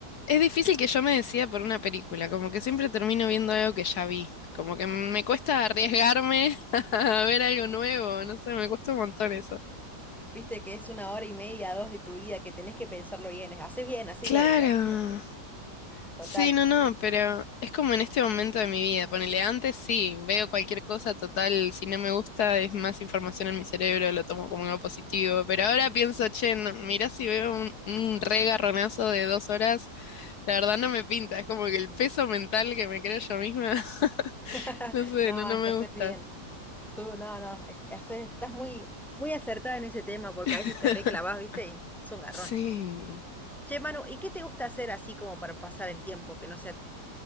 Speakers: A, on the left; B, in the centre.
A: es difícil que yo me decida por una película, como que siempre termino viendo algo que ya vi, como que me cuesta arriesgarme <laughs> a ver algo nuevo, no sé, me cuesta un montón eso.
B: Viste que es una hora y media, dos de tu vida, que tenés que pensarlo bien. Haces bien, haces
A: Claro.
B: bien igual. Total.
A: Sí, no, no, pero es como en este momento de mi vida. Ponele antes, sí, veo cualquier cosa total, si no me gusta es más información en mi cerebro, lo tomo como algo positivo. Pero ahora pienso, che, no, mirá si veo un, un re de dos horas, la verdad no me pinta, es como que el peso mental que me creo yo misma, <laughs>
B: <laughs>
A: no sé,
B: No,
A: no, no
B: es
A: me
B: que haces
A: gusta.
B: bien. Tú, no, no, es- haces- estás muy, muy acertada en ese tema porque
A: <laughs>
B: a veces te reclavas, ¿viste? Y es un garrón.
A: Sí.
B: Che, Manu, ¿y qué te gusta hacer así como para pasar el tiempo, que no sea